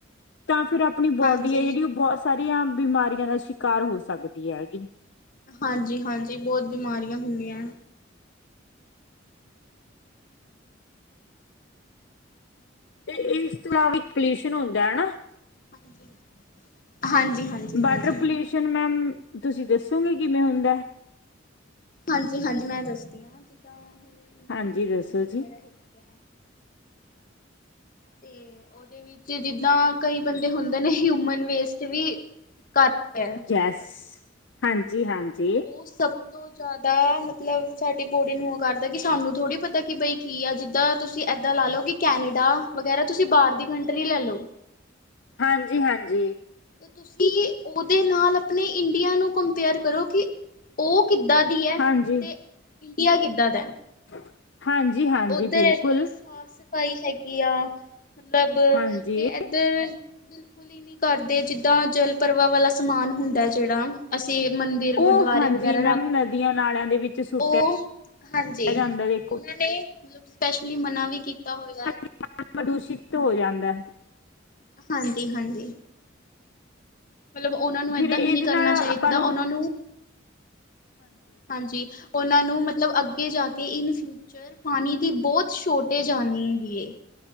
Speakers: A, on the left (about 60°); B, on the left (about 45°).
A: ਤਾਂ ਫਿਰ ਆਪ ਆਪਣੀ
B: ਹਾਂਜੀ,
A: ਬੋਡੀ ਏ ਜੇੜੀ ਉ ਬੋਤ ਸਾਰੀਆਂ ਬਿਮਾਰੀਆਂ ਦਾ ਸ਼ਿਕਾਰ ਹੋ ਸਕਦੀ ਐ ਹੈਗੀ।
B: ਹਾਂਜੀ-ਹਾਂਜੀ ਬੋਤ ਬਿਮਾਰੀਆਂ ਹੁੰਦੀਐਂ।
A: ਤੇ
B: ਹੈਲੋ,
A: ਇਸ ਤਲਾ ਇੱਕ ਪੋਲਿਊਸ਼ਨ ਹੁੰਦੈ ਏ ਨਾ।
B: ਹਾਂਜੀ। ਹਾਂਜੀ-ਹਾਂਜੀ,
A: ਵਾਟਰ
B: ਹਾਂਜੀ,
A: ਪੋਲਿਊਸ ਸ਼ਨ ਮੈਮ ਤੁਸੀਂ ਦੱਸੋਗੇ ਕਿਵੇਂ ਹੁੰਦੈ।
B: ਹਾਂਜੀ-ਹਾਂਜੀ ਮੈਂ ਦੱਸਦੀ ਆਂ। ਜਿੱਦਾਂ
A: ਹਾਂਜੀ
B: ਮਤਲਬ
A: ਦੱਸੋ
B: ਨਦੀ ਵਗੈਰਾ
A: ਜੀ।
B: ਹੈਗੀ ਆ। ਤੇ ਉਦੇ ਵਿੱਚ ਜਿੱਦਾਂ ਕਈ ਬੰਦੇ ਹੁੰਦੇ ਨੇ ਹਿਊਮਨ ਵੇਸਟ ਵੀ ਕਰ ਰਿਹਾ
A: ਜੈਸ ਹਾਂਜੀ-ਹਾਂਜੀ
B: ਉ ਸਭ ਤੋਂ ਜਾਦਾ ਮਤਲਬ ਸਾਡੀ ਬੋਡੀ ਨੂੰ ਉ ਕਰਦਾ ਕਿ ਸਾਨੂੰ ਥੋੜ੍ਹੀ ਪਤਾ ਕਿ ਬਈ ਕੀ ਆ ਜਿੱਦਾਂ ਤੁਸੀਂ ਏਦਾਂ ਲਾ ਲੋ ਕਿ ਕੈਨੇਡਾ ਵਗੈਰਾ ਤੁਸੀਂ ਬਾਰ ਦੀ ਕੰਟਰੀ ਲੈ ਲੋ।
A: ਹਾਂਜੀ-ਹਾਂਜੀ।
B: ਤੁਸੀਂ ਉਦੇ ਨਾਲ ਆਪਣੇ ਇੰਡੀਆ ਨੂੰ ਕੰਪੇਅਰ ਕਰੋ ਕਿ ਉ ਕਿੱਦਾਂ ਦੀ ਐ
A: ਹਾਂਜੀ
B: ਤੇ ਇੰਡੀਆ ਕਿੱਦਾਂ ਦੈ।
A: <inaudible> ਹਾਂਜੀ
B: ਉੱਧਰ
A: ਬਿਲਕੁਲ
B: ਏਨੀ ਸਾਫ਼ ਸਫ਼ਾਈ ਹੈਗੀ ਆ ਮਤਲਬ
A: ਹਾਂਜੀ
B: ਤੇ ਧਰ ਬਿਲਕੁਲ ਈ ਨੀ ਕਰਦੇ, ਜਿੱਦਾਂ ਜਲ ਪਰਵਾ ਵਾਲਾ ਸਮਾਨ ਹੁੰਦਾ ਜੇੜਾ। ਅਸੀਂ ਮੰਦਿਰ,
A: ਉਹ
B: ਗੁਰਦੁਆਰੇ
A: ਹਾਂਜੀ
B: ਵਗੈਰਾ
A: ਮੈਮ
B: ਰੱਖਦੇ
A: ਨਦੀਆਂ
B: ਆਂ
A: ਨਾਲਿਆਂ ਦੇ ਵਿੱਚ ਸੁੱਟਿਆ
B: ਉ ਹਾਂਜੀ
A: ਜਾਂਦਾ ਦੇਖੋ
B: ਉਨਾਂ ਤੇ ਮਤਲਬ ਸਪੈਸ਼ਲੀ ਮਨਾ ਵੀ ਕੀਤਾ ਹੋਇਆ ਹੈ।
A: ਪਾਨੀ ਪ੍ਰਦੂਸ਼ਿਤ ਹੋ ਜਾਂਦੈ।
B: ਹਾਂਜੀ-ਹਾਂਜੀ। ਮਤਲਬ ਓਨਾਂ ਨੂੰ
A: ਫਿਰ
B: ਏਦਾਂ
A: ਇਹਦੇ
B: ਨਹੀਂ ਕਰਨਾ
A: ਨਾਲ
B: ਚਾਈਦਾ
A: ਆਪਾਂ
B: ਓਨਾਂ ਨੂੰ, ਹਾਂਜੀ ਓਨਾਂ ਨੂੰ ਮਤਲਬ ਅੱਗੇ ਜਾ ਕੇ ਇਨ ਫਿਊਚਰ ਪਾਨੀ ਦੀ ਬੋਤ ਸੋਟੇਜ ਆਨੀ ਹੈਗੀ ਏ।